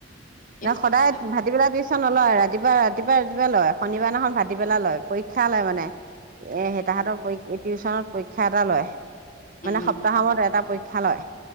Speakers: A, on the right (about 45°); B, on the left (about 45°).
A: অহ
B: স্কুলতে
A: সদায় ভাটিবেলা টিউচন নলয় ৰাতি ৰাতিপা ৰাতিপুৱা ৰাতিপুৱা লয়। শনিবাৰ দিনাখন ভাটিবেলা লয়। পৰীক্ষা লয় মানে। এ হ
B: উম
A: তাঁহাতৰ টিউচনত পৰীক্ষা এটা লয়
B: উম
A: মানে সপ্তাহৰ মোঅত এটা পৰীক্ষা খালৈ